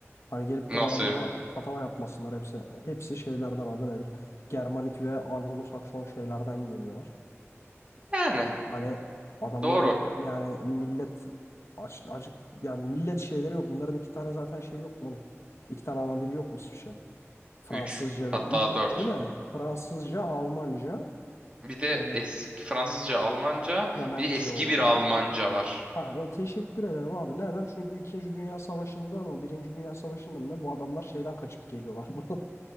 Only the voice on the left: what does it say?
Hani gelip
de bana burada
tatava yapmasınlar hepsi. Hepsi şeylerden adı nedir? Germanik ve Anglo-Sakson şeylerden geliyorlar.
Hani adamların
yani millet aç- acık yani millet şeyleri yok. Bunların iki tane zaten şey yok mu oğlum? İki tane ana dili yok mu İsviçre'nin? Fransızca
3
değil mi? Fransızca, Almanca,
e,
Flemenkçe
olabilir.
Ha, e, teşekkür ederim abi. Neden? Çünkü İkinci Dünya Savaşı'nda mı, Birinci Dünya Savaşı'nda mı ne bu adamlar şeyden kaçıp geliyorlar. <laughs> Bunlar